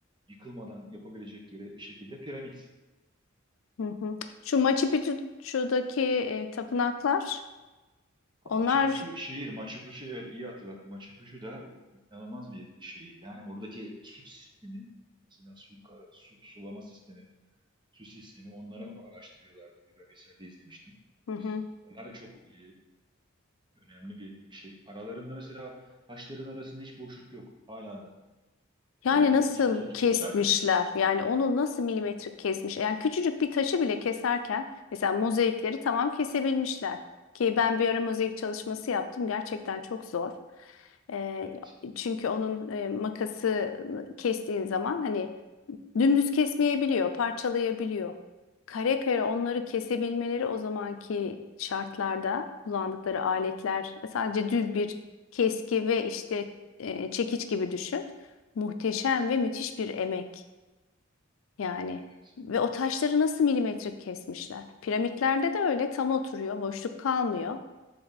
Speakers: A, on the right; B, on the left.
A: yıkılmadan yapabilecek yere şekilde piramit
B: Hı hı. Şu Machu Picchu'daki e, tapınaklar
A: Ha,
B: onlar
A: Machu Picchu şehir. Machu Picchu evet iyi hatırlattın. Machu Picchu da inanılmaz bir şehir. Yani oradaki su sistemi mesela su, ka- su- sulama sistemi, su sistemi onları araştırıyorlardı. Bir belgeselde izlemiştim.
B: hı hı.
A: Onlar da çok e, önemli bir şey. Aralarında mesela taşların arasında hiç boşluk yok. Hala da.
B: Yani
A: Öyle bir
B: nasıl
A: üst üste oturtmuşlar
B: kesmişler?
A: ki.
B: Yani onu nasıl milimetrik
A: Hı,
B: kesmiş? Yani küçücük bir taşı bile keserken mesela mozaikleri tamam kesebilmişler. Ki ben bir ara mozaik çalışması yaptım. Gerçekten çok zor. Ee,
A: Evet.
B: çünkü onun e, makası kestiğin zaman hani dümdüz kesmeyebiliyor, parçalayabiliyor. Kare kare onları kesebilmeleri o zamanki şartlarda kullandıkları aletler
A: Evet.
B: sadece düz bir keski ve işte e, çekiç gibi düşün. Muhteşem ve müthiş bir emek yani.
A: Evet.
B: Ve o taşları nasıl milimetrik kesmişler? Piramitlerde de öyle tam oturuyor, boşluk kalmıyor.